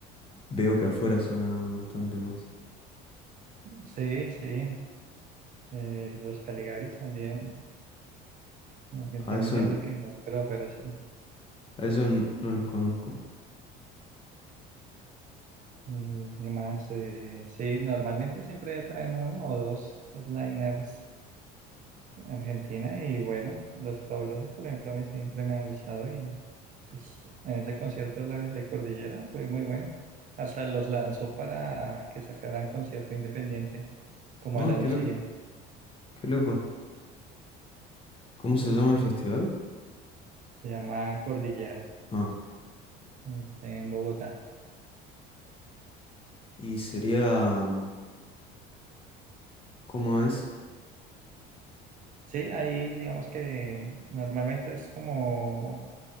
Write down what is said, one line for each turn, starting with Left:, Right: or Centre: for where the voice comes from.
Left: veo que afuera suena bastante más.
Right: Sí, sí, eh, los Caligaris también. En Argentina
Left: A eso
Right: entiendo que no, pero, pero sí.
Left: A eso n- no lo conozco.
Right: Eh, y más, eh, sí, normalmente siempre traen uno o dos headliners Argentina y bueno, los Fabulosos, por ejemplo, a mí siempre me han gustado y pues en ese concierto de, la, de Cordillera fue muy bueno. Hasta los lanzó para que sacaran concierto independiente como
Left: No,
Right: al año
Left: qué loco,
Right: siguiente.
Left: qué loco. ¿Cómo se llama el festival?
Right: Se llama Cordillera,
Left: Ah,
Right: es en Bogotá.
Left: y sería... mm, ¿Cómo es?
Right: Sí, ahí digamos que normalmente es como,